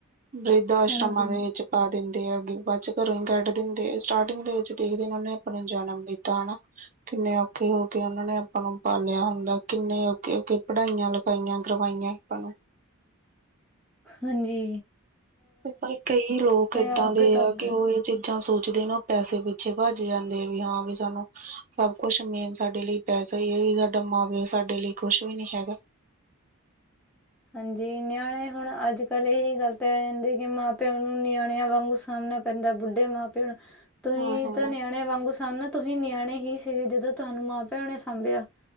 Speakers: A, on the right; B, in the centre.
A: ਵ੍ਰਿਧ-ਆਸ਼ਰਮਾਂ
B: ਹਾਂਜੀ
A: ਦੇ ਵੇਚ ਪਾ ਦਿੰਦੇ ਹੈਗੇ। ਬਾਦ ਚ ਘਰੋਂ ਹੀ ਕੱਢ ਦਿੰਦੇ ਐ, ਸਟਾਰਟਿੰਗ ਦੇ ਵਿੱਚ ਦੇਖਦੇ ਔਨਾ ਨੇ ਅਪਾਂ ਨੂੰ ਜਨਮ ਦਿੱਤਾ ਹਨਾ। ਕਿੰਨੇ ਔਖੇ ਹੋ ਕੇ ਓਨਾਂ ਨੇ ਅਪਾਂ ਨੂੰ ਪਾਲਿਆ ਹੁੰਦਾ, ਕਿੰਨੇ ਔਖੇ ਹੋਕੇ ਪੜ੍ਹਾਈਆਂ ਲੱ ਪੜ੍ਹਇਆਂ ਕਰਵਾਈਆਂ ਅਪਾਂ ਨੂੰ।
B: ਹਾਂ ਜੀ।
A: ਪਰ ਕਈ ਲੋਕ ਏਦਾਂ
B: ਅੱਗ
A: ਦੇ
B: ਤੋਂ
A: ਆ
B: ਅੱਗ
A: ਕਿ ਓਹ ਏ ਚੀਜ਼ਾਂ ਸੋਚਦੇ ਨੇ ਓ ਪੈਸੇ ਪਿੱਛੇ ਭੱਜ ਜਾਂਦੇ ਐ ਵੀ ਹਾਂ ਵੀ ਸਾਨੂੰ ਸਭ ਕੁਛ ਮੇਨ ਸਾਡੇ ਲਈ ਪੈਸਾ ਹੀ ਹੈ, ਯੇ ਸਾਡਾ ਮਾਂ-ਪਿਓ ਸਾਡੇ ਲਈ ਕੁਛ ਵੀ ਨੀ ਹੈਗਾ।
B: ਹਾਂਜੀ, ਨਿਆਣੇ ਹੁਣ ਅੱਜ ਕੱਲ੍ਹ ਇਹੀ ਗੱਲ ਤੇ ਰਹਿੰਦੇ ਕਿ ਮਾਂ ਪਿਓ ਨੂੰ ਨਿਆਣਿਆਂ ਵਾਂਗ ਸਾਮਣਾ ਪੈਂਦਾ, ਬੁੱਢੇ ਮਾਂ ਪਿਓ ਨੂੰ। ਤੁਹੀਂ
A: ਹਾਂ-ਹਾਂ।
B: ਤੇ ਨਿਆਣੇ ਵਾਂਗੂ ਸਨ ਨਾ, ਤੁਹੀਂ ਨਿਆਣੇ ਹੀ ਸੀਗੇ ਜਦੋਂ ਤੁਹਾਨੂੰ ਮਾਂ ਪਿਓ ਨੇ ਸਾਂਭਿਆ।